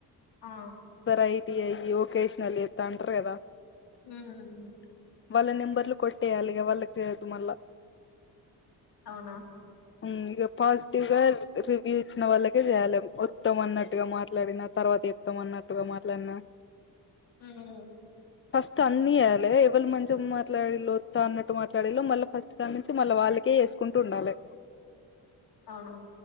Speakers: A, on the left; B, on the left.
A: ఆ
B: ఒకసారి ఐ టీ ఐ యో, ఒకేషన్ల్ చేత్త అంటరు గదా.
A: హ్ము
B: వాళ్ళ నెంబర్లు కొట్టేయాలిగా వాళ్ళకి చేయద్దు మళ్ళా.
A: అవునా
B: ఉమ్ ఇగ పాజిటివ్ గా రివ్యూ ఇచ్చిన వాళ్ళకే జెయ్యాలే వొ వొత్తం అన్నట్టుగా మాట్లాడినా తర్వాత చెప్తం అన్నట్టుగా మాట్లాడినా.
A: హ్మూ
B: ఫస్ట్ అన్నీ జెయ్యాలే ఎవళు మంచిగ మాట్లాడిన్లో వొత్తా అన్నట్టు మాట్లాడిన్లో మళ్ళ ఫస్ట్. కాడ్నుంచి మళ్ళా వాళ్ళకే చేసుకుంటూ ఉండాలే.
A: అవునా